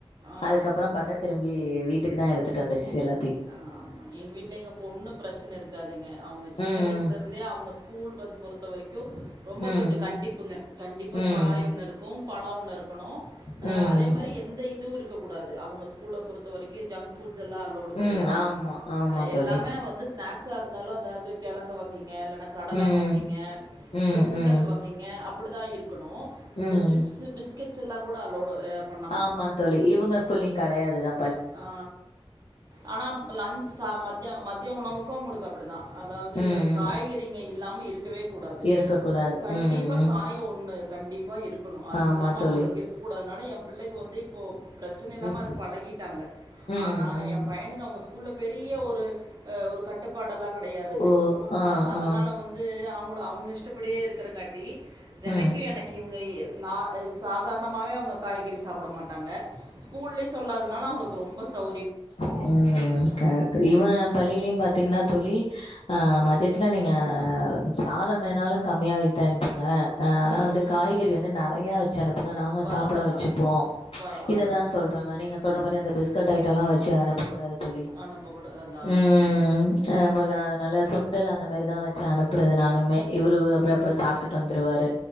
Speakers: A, on the right; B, on the left.
A: ஆ
B: அதுக்கப்புறம் பாத்தா திரும்பி கி வீட்டுக்குதா எடுத்துட்டு வந்துடுச்சு எல்லாத்
A: ஆமா எங்க வீட்ல எங்க பொண்ணு பிரச்சனருக்காதுங்க அவுங்க சின்ன
B: ம்
A: வயசுலருந்தே அவுங்கஸ் ஸ்கூல் பேக் பொறுத்த வரைக்கு ரொம்ப
B: ம்
A: கொஞ்ச கண்டிப்புங்க கண்டிப்பா
B: ம்
A: காய் ஒன்னு இருக்கு பழ ஒன்னு இருக்கணு அ
B: ம்
A: அதே மாரி எந்த இதுவு இருக் க்ககுடாது அவுங்க ஸ்கூல பொறுத்த வரைக்கு ஜங்க் ஃபுட்ஸ் எல்லா அலோ கெடையாதுங்க
B: ம் ஆமா ஆமா தோழி.
A: எல்லாமே வந்து ஸ்னேக்ஸா இருந்தாலு அதாவது கெழங்கு வ ங்க இல்லனா கடல
B: ம்
A: வகைங்க
B: ம்
A: இல்ல சுண்டல்
B: ம்
A: வகைங்க அப்டிதா இரு க்குணு இந்த
B: ம்
A: சிப்ஸ்ஸு பிஸ்கெட்ஸ் எல்லாங் கூட அலோடு அ பண்ண
B: ஆமாந் தோழி இவுங்க ஸ்கூல்லியுங் கெடையாதுதா
A: ஆ ஆனா ம் லன்ச் சா மத்திய மத்திய உணவுக்கு உங்ளுக்கு தப்டிதா அதாவது
B: ம்
A: காய்கறிங்க இல்லாம இருக் க்கவே கூடாது
B: இருக்கக்கூடாது.
A: கண்டீப்பா
B: ம்
A: காய் ஒன்னு கண்டீப்பா இருக் க்குனு அது
B: ஆமா
A: இல்லாம
B: தோழி.
A: அவுங்களுக்கு இருக்கக்கூடாதுனால ஏம் பிள்ளைக்கு வந்து இப்போ பிரச்சன இல்லாம
B: ம்
A: அது பழகிட் ட்டாங்க
B: ம்
A: ஆனா
B: ம்
A: ஏம் பையனுக்கு அவுங்க ஸ்கூல்ல பெரிய ஒரு அ ஒரு கட்டுப்பாடெல்லா கெடையாதுங்க
B: ஓ ஆ
A: அ அதனால
B: ஆ
A: வந்து அவுங் கள அவுங்க இஷ்டப்படியே இருக்கிறங்காட்டி தெனைக்கு
B: ம்
A: எனக்கு இவுங்க நா சாக் ன்னமாவே அவுங்க காய்கறி சாப்பட மாட்டாங்க ஸ்கூல்லியு சொல்லாதனால அவுங்குளுக்கு ரொம்ப செள
B: அ அ கரட்டு இவ பள்ளிலியும் பாத் திங்னா தோழி ஆ மதியத்துல நீங்க சாதம் வேணாலு கம்மியா வச் அன்ப்புங்க அ ஆனா வந்து
A: ம்
B: காய்கறி வந்து நெறைய வச்சனுப்புங்க நாங்க
A: பரவாயில்ல
B: சாப்பிட வச்சுப்போ
A: பரவாயில்ல
B: இததா சொல்றாங்க
A: ம்
B: நீங்க சொல்ற மாரி அந்த பிஸ்கட் ஐட்டலா வ ச்சு அனுப்பகுடாது தோழி
A: அனுப்பக்கூடாது அதான் அதான்
B: உம்
A: அதான் ம்
B: உம் உம் உம் நம்ம அதனால சுண்டல் அந் இந்த மேரிதா வச்சு அனுப்புறது நானுமே இவரு அப்டி
A: ம்
B: அப்ற சாப்டுட்டு வந்துருவாரு